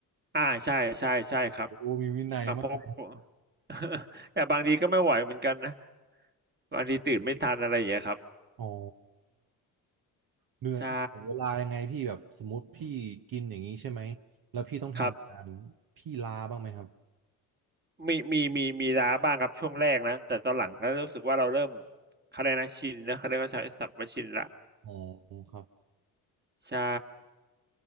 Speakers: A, on the right (about 25°); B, on the right (about 55°).
A: อ่าใช่ใช่ใช่ครับ
B: โอ้มีวินัยมาก
A: กระเพก <laughs> แต่บางทีก็ไม่ไหวเหมือนกันนะบางทีตื่นไม่ทันอะไรอย่างเงี้ยครับ
B: อ๋อ เหนื่อยแบ่งเวลายังไงพี่แบบสมมติพี่กินอย่างนี้ใช่ไหม
A: ใช่
B: แล้วพี่ต้องทำงานพี่ลาบ้างไหมครับ
A: ครับมีมีมีมีล้าบ้างครับช่วงแรกนะแต่ตอนหลังก็รู้สึกว่าเราเริ่มเขาเรียกนะชินนะเขาเรียกว่าใช้ศัพท์ว่าชินละ
B: อ๋อครับ
A: ใช่